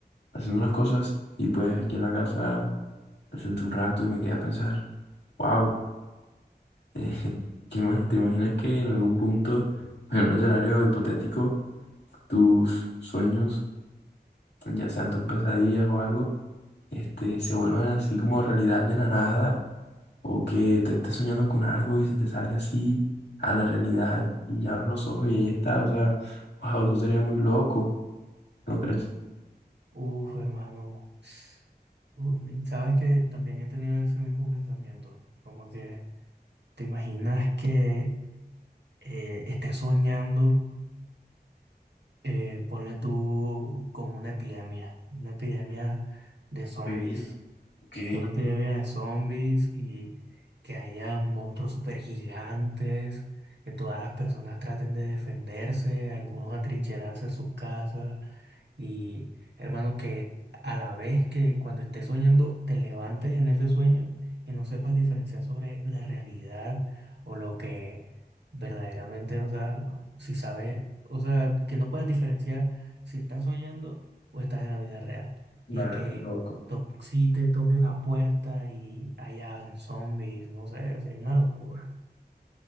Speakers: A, on the left; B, on the right.
A: haciendo unas cosas y pues aquí en la casa me senté un rato y me quedé a pensar, wow, <laughs> ¿qué más? ¿Te imaginas que en algún punto, en un escenario hipotético, tus sueños, ya sean tus pesadillas o algo, este, se vuelvan así como realidad de la nada? o que te estés soñando con algo y se te salga así a la realidad y abres los ojos y ahí está, o sea, wow, eso sería muy loco, ¿no crees?
B: Uf, hermano. Uf, sabes que también he tenido ese mismo pensamiento. Como que te imaginas que eh, estés soñando, eh, ponle tú con una epidemia, una epidemia de zombies.
A: Sí. Ok,
B: Una epidemia de zombies y que haya monstruos super gigantes, que todas las personas traten de defenderse, algunos atrincherarse en sus casas. Y hermano, que a la vez que cuando estés soñando, te levantes en ese sueño y no sepas diferenciar sobre la realidad o lo que verdaderamente, o sea, si sabes, o sea, que no puedas diferenciar si estás soñando o estás en la vida real.
A: nada,
B: Y que
A: qué loco.
B: to- si te toquen la puerta y haya zombies, no sé, sería una locura.